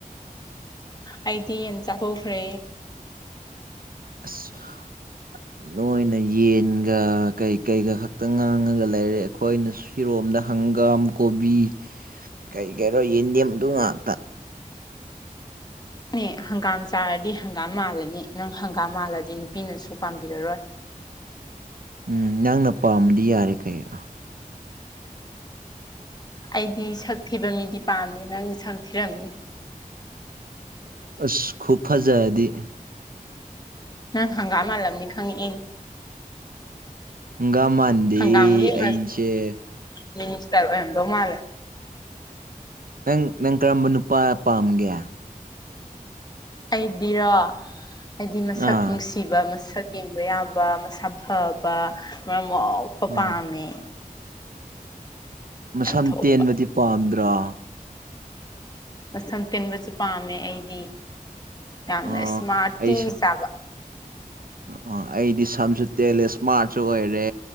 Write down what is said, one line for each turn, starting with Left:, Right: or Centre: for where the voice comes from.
Left: ꯑꯩꯗꯤ ꯌꯦꯟ ꯆꯥꯊꯣꯛꯈ꯭ꯔꯦ
Right: ꯑꯁ <unintelligible> ꯅꯣꯏꯅ ꯌꯦꯟꯒ ꯀꯩ ꯀꯩꯒ ꯈꯛꯇ ꯉꯥꯡꯉꯒ ꯂꯩꯔꯦ ꯑꯩꯈꯣꯏꯅ ꯐꯤꯔꯣꯝꯗ ꯍꯪꯒꯥꯝ ꯀꯣꯕꯤ ꯀꯩ ꯀꯩꯅꯣ ꯌꯦꯟꯗꯦꯝꯗꯨ ꯉꯥꯛꯇ
Left: ꯅꯪꯅꯦ ꯍꯪꯒꯥꯝ ꯆꯥꯔꯗꯤ ꯍꯪꯒꯥꯝ ꯃꯥꯜꯂꯅꯤ ꯅꯪ ꯍꯪꯒꯥꯝ ꯃꯥꯜꯂꯗꯤ ꯅꯨꯄꯤꯅꯁꯨ ꯄꯥꯝꯕꯤꯔꯔꯣꯏ
Right: ꯎꯝ ꯅꯪꯅ ꯄꯥꯝꯃꯗꯤ ꯌꯥꯔꯦ ꯀꯩꯅꯣ
Left: ꯑꯩꯗꯤ ꯁꯛ ꯊꯤꯕ ꯃꯤꯗꯤ ꯄꯥꯝꯃꯦ ꯅꯪ ꯁꯛ ꯊꯤꯔꯝꯃꯤ
Right: ꯑꯁ ꯈꯨꯞꯐꯖꯗꯤ
Left: ꯅꯪ ꯍꯪꯒꯥꯝ ꯃꯥꯜꯂꯝꯅꯤ ꯈꯪꯉꯤ ꯑꯩꯅ
Right: ꯍꯪꯒꯥꯝ ꯃꯥꯟꯗꯦ
Left: ꯍꯪꯒꯥꯝꯒꯤ <unintelligible>
Right: ꯑꯩꯁꯦ
Left: ꯃꯤꯅꯤꯁꯇꯔ ꯑꯣꯏꯔꯝꯗꯧ ꯃꯥꯜꯂꯦ
Right: ꯅꯪ ꯅꯪ ꯀꯔꯝꯕ ꯅꯨꯄꯥ ꯄꯥꯝꯒꯦ
Left: ꯑꯩꯗꯤꯔꯣ ꯑꯩꯗꯤ
Right: ꯑꯥ
Left: ꯃꯁꯛ ꯅꯨꯡꯁꯤ ꯄꯤꯕ ꯃꯁꯛ ꯌꯦꯡꯕ ꯌꯥꯕ ꯃꯁꯥ ꯐꯕ ꯃꯔꯝ ꯃꯣꯛꯄ
Right: ꯑꯥ
Left: ꯄꯥꯥꯝꯃꯦ
Right: ꯃꯁꯝ
Left: ꯊꯣꯛꯄ
Right: ꯇꯦꯟꯕꯗꯤ ꯄꯥꯝꯗ꯭ꯔꯣ
Left: ꯃꯁꯝ ꯇꯤꯟꯕꯁꯨ ꯄꯥꯝꯃꯦ ꯑꯩꯗꯤ ꯌꯥꯝꯅ
Right: ꯑꯣ
Left: ꯏꯁꯃ꯭ꯔꯥꯠꯇꯤ
Right: ꯑꯩ
Left: ꯆꯥꯕ
Right: ꯑꯣ ꯑꯩꯗꯤ ꯁꯝꯁꯨ ꯇꯦꯜꯂꯦ ꯏꯁꯃꯥ꯭ꯔꯠꯁꯨ ꯑꯣꯏꯔꯦ